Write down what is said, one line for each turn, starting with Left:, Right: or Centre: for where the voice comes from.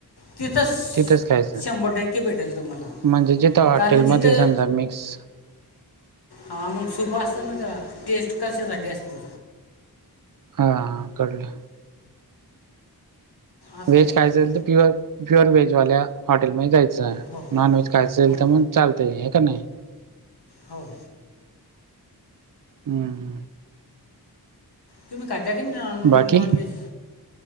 Left: तिथंस
Right: तिथंच खायचं
Left: शंभर टक्के भेटल तुम्हाला.
Right: म्हणजे जिथं हॉटेलमध्ये
Left: कारण जिथं
Right: समजा मिक्स
Left: हा मग सूप असत ना त्याला टेस्ट कशासाठी असती.
Right: हा हा कडल.
Left: असं
Right: व्हेज
Left: असतं
Right: कायचंईल
Left: ते
Right: तर प्युअर प्युअर व्हेज वाल्या हॉटेलमध्ये जायचं.
Left: हो
Right: नॉन व्हेज खायचं
Left: हं,
Right: तर मग चालतय. हे का नाही?
Left: हाऊ.
Right: हम्म.
Left: तुम्ही खाता की नॉन
Right: बाकी
Left: नॉन व्हेज.